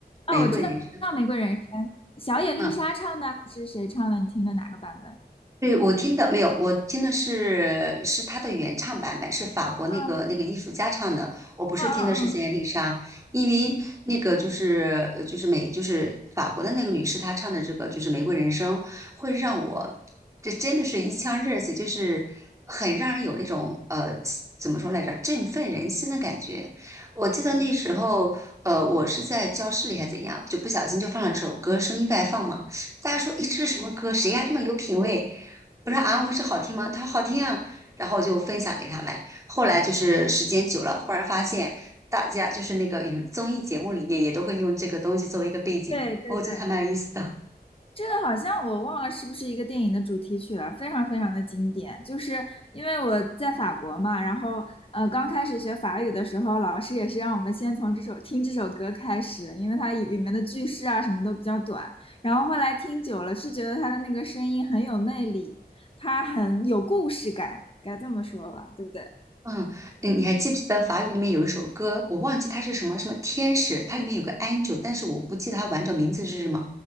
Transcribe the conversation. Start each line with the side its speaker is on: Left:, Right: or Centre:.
Right: 《玫瑰人生》。
Left: 啊，我知道《玫瑰人生》，小野丽莎唱的还是谁唱的？
Right: 嗯。
Left: 你听的哪个版本？
Right: 对，我听的没有，我听的是是他的原唱版本，是法国那个那个艺术家唱的。
Left: 嗯
Right: 我不是听的是现在丽莎，
Left: 嗯嗯
Right: 因为那个就是呃就是美就是法国的那个女士，
Left: 嗯嗯
Right: 她唱的这个就是《玫瑰人生》，会让我这真的是一腔热血，就是很让人有那种呃怎么说来着，振奋人心的感觉。我记得那时候呃我是在教室里还怎样，就不小心就放了这首歌，声音外放嘛，大家说诶这是什么歌？
Left: 嗯，
Right: 谁呀这么有品味？我说啊，我说好听吗？他说好听啊，然后就分享给他们。后来就是时间久了，忽然发现大家就是那个娱综艺节目里面也都会用这个东西作为一个背景，
Left: 对对对，
Right: 我觉得还蛮有意思的。
Left: 这个好像我忘了是不是一个电影的主题曲了，非常非常的经典。就是因为我在法国嘛，然后呃刚开始学法语的时候，老师也是让我们先从这首听这首歌开始，因为它里面的句式啊什么都比较短。然后后来听久了，是觉得他的那个声音很有魅力，他很有故事感，该这么说吧，对不对？
Right: 嗯，嗯你还记不记得法语里面有一首歌？我忘记它是什么什么天使，它里面有个 angel，但是我不记得它完整名字是什么。